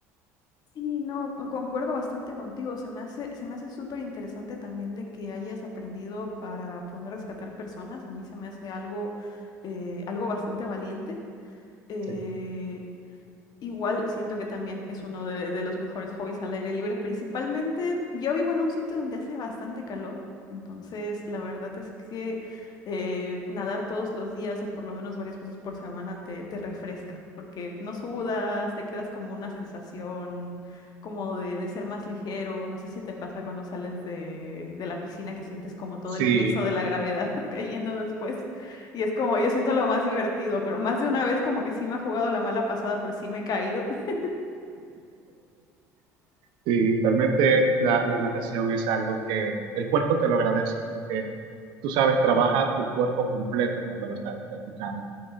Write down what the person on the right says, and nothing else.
Sí.
Sí,
Sí, realmente la, la natación es algo que el cuerpo te lo agradece, porque tú sabes, trabaja tu cuerpo completo cuando lo estás practicando.